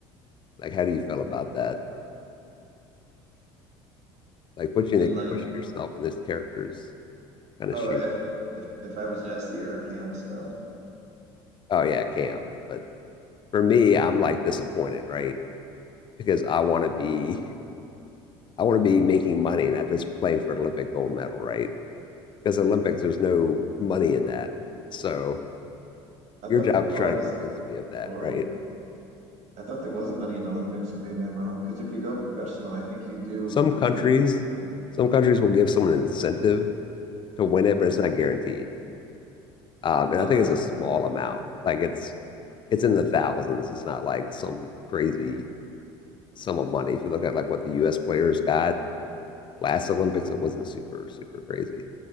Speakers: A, on the left; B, on the right.
A: Like, how do you feel about that? Like, put
B: I
A: you
B: mean
A: in the,
B: like
A: put yourself in this character's kind of
B: oh
A: shoe.
B: if if if I was Jesse or Cam still.
A: Oh yeah, Cam. But for me, I'm like disappointed, right? Because I want to be, I want to be making money, not just playing for an Olympic gold medal, right? Because Olympics, there's no money in that. So.
B: I
A: your
B: thought
A: job
B: there was
A: is try to convince me of that,
B: or
A: right?
B: I thought there was money in Olympics, or maybe I'm wrong. Because if you go professional, I think you do
A: Some
B: compete
A: countries,
B: for.
A: some countries will give someone an incentive to win it, but it's not guaranteed. Um, and
B: Oh,
A: I think
B: I
A: it's
B: see.
A: a small amount. Like it's it's in the thousands. It's not like some crazy sum of money. If you look at like what the U.S. players got last Olympics, it wasn't super super crazy.